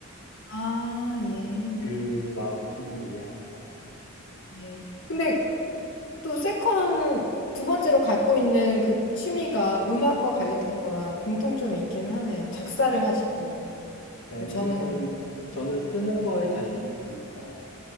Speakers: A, on the left; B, on the left.
A: 아, 예.
B: 네, 그 마음 충분히 이해합니다.
A: 예. 근데 또 세컨 두 번째로 갖고 있는 그 취미가 음악과 관련된 거랑 공통점이 있기는 하네요. 작사를 하시고.
B: 네,
A: 뭐 저는
B: 일단 저는 쓰는 거에 자신이 있으니까